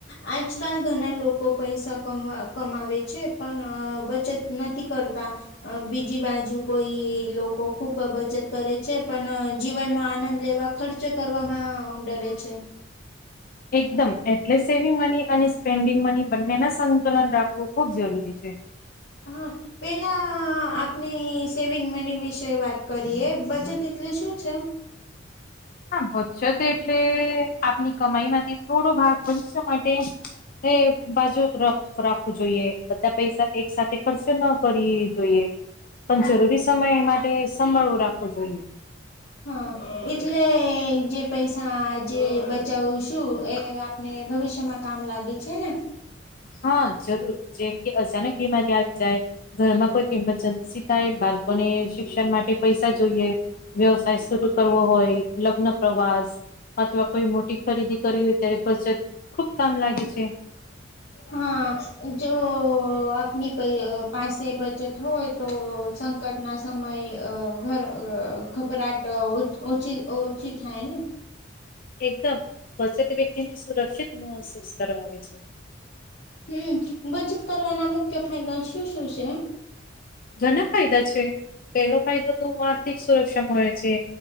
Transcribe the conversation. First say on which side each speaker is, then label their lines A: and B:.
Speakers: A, on the left (about 70°); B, on the left (about 50°).
A: આજકાલ ઘણા લોકો લોકો પૈસા ક કમાવે છે પણ બચત નથી કરતા અ બીજી બાજુ કોઈ લોકો ખુબ બચત કરે છે પણ જીવનનો આનંદ લેવા ખર્ચો કરવામાં આવુ ડરે છે
B: એકદમ એટલે સેવિંગ મની અને સ્પેન્ડિંગ મની બંનેના સકુલન રાખવું ખુબ જરૂરી છે
A: હા પેલા આપને સેવિંગ મની વિશે વાત કરીએ બચત એટલે શું છે
B: હા વધશે જ એટલે આપની કમાઈ માંથી થોડો ભાગ વધશો માટે હ બાજુ રખ રાખવું જોઈએ બધા પૈસા એક સાથે ખર્ચે ન કર જોઈએ પણ જરૂરી સમય એ માટે સંભળવો રાખવો જોઈએ
A: હા એટલે જે પૈસા જે બચાવું છું એ આપને ભવિષ્યમાં કામ લાગે છે ને
B: હા જરૂર જેમ કે અચાનક બીમારી આવી જાય ઘરમાં કોઈ ઇમરજન્સી થાય બાળકોને શિક્ષણ માટે પૈસા જોઈએ વ્યવસાય શરૂ કરવો હોય લગ્ન પ્રવાસ અથવા કોઈ મોટી ખરીદી કરવી હોય ત્યારે બચત ખુબ કામ લાગે છે
A: હા જો આપની ભાઈ પાસે બચત હોય તો સંકટના સમયે ઘર ઘબરાટ ઓછી ઓછી થાય ને
B: એકદમ બચત વ્યક્તિ ને સુરક્ષિત મોહસૂસ કરવા આવે છે
A: હમ બચત કરવાના મુખ્ય ફાયદા શું શું છે
B: ઘણા ફાયદા છે પેલો ફાયદો તો આર્થિક સુરક્ષા મળે છે